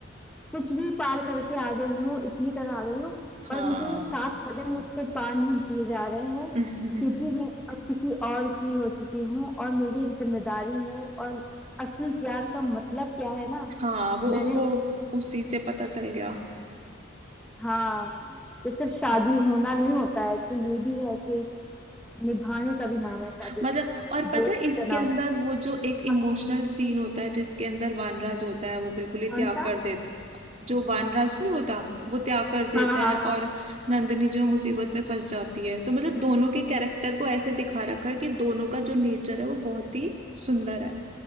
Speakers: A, in the centre; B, on the right.
A: कुछ भी पार करके आ गई हूँ इटली तक आ गई हूँ
B: हाँ
A: पर मुझे ये सात कदम मुझसे पार नहीं किए जा रहे हैं
B: <laughs>
A: क्योंकि मैं अब किसी और की हो चुकी हूँ और मेरी एक जिम्मेदारी है और असली प्यार का मतलब क्या है ना
B: हाँ वो
A: मैंने
B: उसको उसी से पता चल गया
A: हाँ कि सिर्फ शादी होना नहीं होता है कि ये भी है कि निभाने का भी नाम है शादी
B: मतलब और पता
A: दोस्ती
B: है इसके
A: का नाम
B: अंदर वो जो एक इमोशनल
A: हाँ
B: सीन होता है जिसके अंदर वानराज होता है वो बिल्कुल ही
A: कौन
B: त्याग
A: सा
B: कर देता है जो वानराज नहीं होता वो त्याग कर देता
A: हाँ हाँ
B: है
A: हाँ
B: और नंदनी जो है मुसीबत में फंस जाती है तो मतलब दोनों के कैरेक्टर को ऐसे दिखा रखा है कि दोनों का जो नेचर है वो बहुत ही सुंदर है